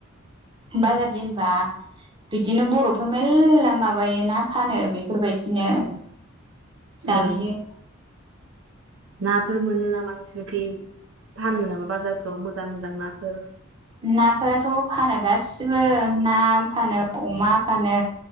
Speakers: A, on the right (about 25°); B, on the right (about 70°).
A: बाजार दिनबा बिदिनो बर'फोर मेल्ला माबायोना फानो बे बेफोरबायदिनो
B: ओं
A: जाहैयो
B: ओं नाफोर मोनो नामा नोंसोरखै फानो नामा बाजारफ्राव मोजां मोजां नाफोर?
A: नाफोराथ' फानो गासिबो ना फानो अमा फानो